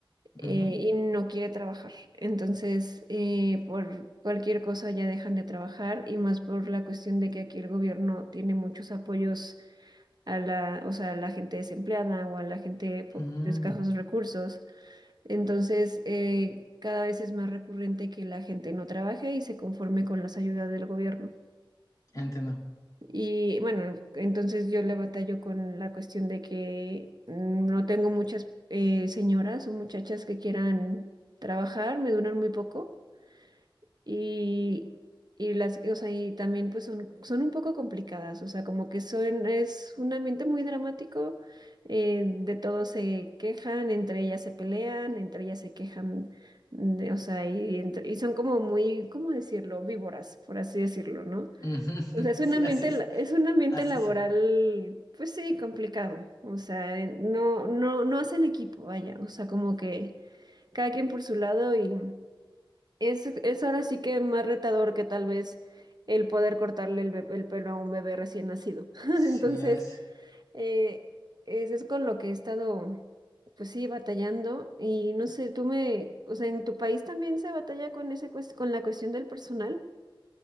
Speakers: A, on the right; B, on the left.
A: eh,
B: ujú,
A: y no quiere trabajar. Entonces, eh, por cualquier cosa ya dejan de trabajar y más por la cuestión de que aquí el gobierno tiene muchos apoyos a la, o sea, a la gente desempleada o a la gente po-
B: mm,
A: de escasos recursos. Entonces, eh, cada vez es más recurrente que la gente no trabaje y se conforme con las ayudas del gobierno.
B: entiendo.
A: Y bueno, entonces yo le batallo con la cuestión de que mm, no tengo muchas eh, señoras o muchachas que quieran trabajar, me duran muy poco y, y las, o sea, y también pues son, son un poco complicadas, o sea, como que son, es un ambiente muy dramático, eh, de todos se quejan, entre ellas se pelean, entre ellas se quejan, de- o sea, y, entre- y son como muy, ¿cómo decirlo? Víboras, por así decirlo, ¿no?
B: Ujú, <laughs>
A: O sea, es un
B: Sí,
A: ambiente,
B: así,
A: la- es un ambiente
B: así
A: laboral,
B: sé.
A: pues sí, complicado. O sea, en- no, no, no hacen equipo, vaya. O sea, como que cada quien por su lado y es, es ahora sí que más retador que tal vez el poder cortarle el, be- el pelo a un bebé recién nacido. <laughs> Entonces,
B: Sí, a veces.
A: eh, es, es con lo que he estado, pues sí, batallando. Y no sé, tú me, o sea, ¿en tu país también se batalla con ese, cues- con la cuestión del personal?